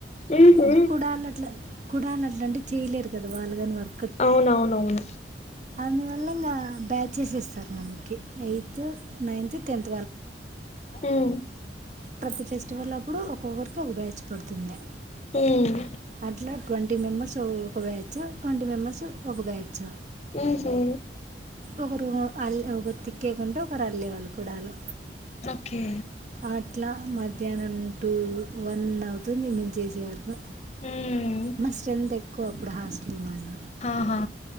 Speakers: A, on the left (about 35°); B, on the right (about 40°).
A: ఉహు
B: అంటే కుడ అల్ అట్ల కుడళ్ అట్ల అంటే చేయలేరు గద వాళ్ళు గని వర్
A: అవునవునవును
B: అందువల్ల ఇంగ బ్యాచ్ ఏస్తరు మనకి ఎయిత్ నైన్త్ టెన్
A: ఉమ్
B: ప్రతి ఫెస్టివల్ అప్పుడు ఇప్పుడు ఒక్కొక్కరితొ ఒక బ్యాచ్ పడుతుందే
A: ఉమ్,
B: అట్ల ట్వంటీ మెంబర్స్ ఒ ఒక బ్యాచ్ ట్వంటీ మెంబర్స్ ఒక బ్యాచ్
A: ఉహు
B: ఒకరు అల్ ఒకరు తిక్కేయకుంటే ఒకరు అల్లేవాళ్ళు కుడాలు
A: ఓకే
B: ఆట్ల మధ్యాహ్నం టూ వన్ అవుతుంది మేమ్ చేసే వరకు
A: ఉమ్
B: మా స్ట్రెంత్ ఎక్కువ అప్పుడు హాస్టల్ మాది
A: ఆహా